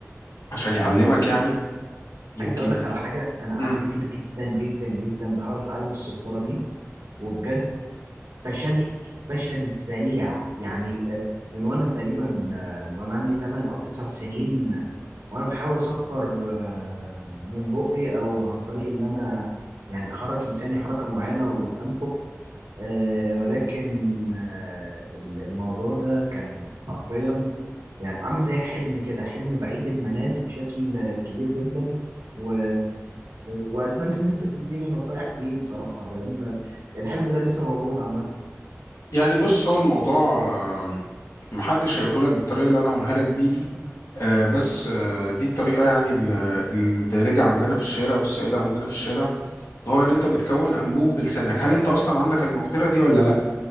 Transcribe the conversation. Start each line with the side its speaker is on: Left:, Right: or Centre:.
Left: عشان يعلمك يعني يمكن
Right: عايز اقول لك على حاجه انا قعدت
Left: مم.
Right: كتير جدا جدا جدا بحاول اتعلم الصفاره دي وبجد فشلت فشل ذريع يعني آه، من وانا تقريبا آه، من وانا عندي 8 او 9 سنين آه، وانا بحاول اصفر آه، من بقي او عن طريق ان انا يعني احرك لساني حركه معينه وانفخ آه، ولكن آه، الموضوع ده كان حرفيا يعني عامل زي حلم كده حلم بعيد المنال بشكل كبير جدا و... واتمنى ان انت تديني نصايح فيه بصراحه لان الحلم ده لسه موجود عامه
Left: يعني بص هو الموضوع محدش هيقوله لك بالطريقه اللي انا هقولها لك بيه دي آه، بس آه، دي الطريقه يعني ال- الدارجه عندنا في الشارع والسائده عندنا في الشارع هو ان انت بتكون انبوب بلسانك هل انت اصلا عندك المقدره دي ولا لا